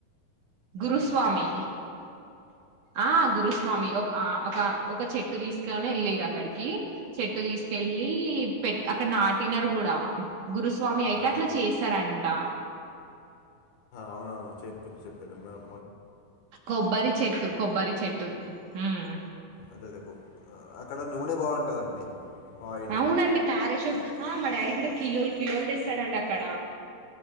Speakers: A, on the right (about 65°); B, on the left (about 80°).
A: గురుస్వామి ఆ గురుస్వామి ఒక ఒక ఒక చెట్టు తీసుకని వెళ్ళరు అక్కడికి చెట్టు తీసుకెళ్ళి పెట్ అక్కడ నాటినారు కూడా గురుస్ స్వామి అయితే
B: ఆ,
A: అట్లా చేస్తారా అండి అంటా
B: అవును చెపింది చెపింది మన
A: కొబ్బరి చెట్టు కొబ్బరి చెట్టు ఉమ్
B: అదే అదే అక్కడ నూనె బాగుంటుందండి ఆయిల్
A: అవునండి పారాషూట్ ఆ మా డాడీ కూడా కిలోలు కిలోలు తెస్తాడండి అక్కడ